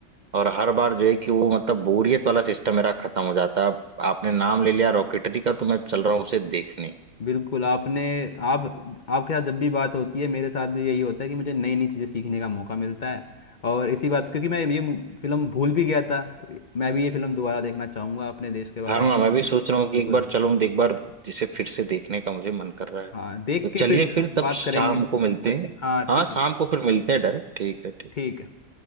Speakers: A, on the right (about 65°); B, on the left (about 50°).
A: और हर बार जो है कि वो मतलब बोरियत वाला सिस्टम मेरा खत्म हो जाता है आपने नाम ले लिया रॉकेटरी का तो मैं चल रहा हूँ उसे देखने
B: बिल्कुल आपने आप आपके साथ जब भी बात होती है मेरे साथ भी यही होता है कि मुझे नई नई चीज़ें सीखने का मौका मिलता है और इसी बात क्योंकि मैं ये मु- फिल्म भूल भी गया था तो मैं भी ये फिल्म दोबारा देखना चाहूँगा अपने देश के बारे
A: हाँ हाँ
B: में
A: मैं भी सोच रहा
B: बिल्कुल
A: हूँ कि एक बार चलूँ एक बार जिसे फिर से देखने का मुझे मन कर रहा है
B: हाँ देख
A: तो चलिए
B: के फिर
A: फिर तब
B: बात
A: शाम
B: करेंगे
A: को मिलते हैं
B: हाँ
A: हाँ
B: ठीक
A: शाम
B: है
A: को फिर मिलते हैं डायरेक्ट ठीक है ठीक
B: ठीक है।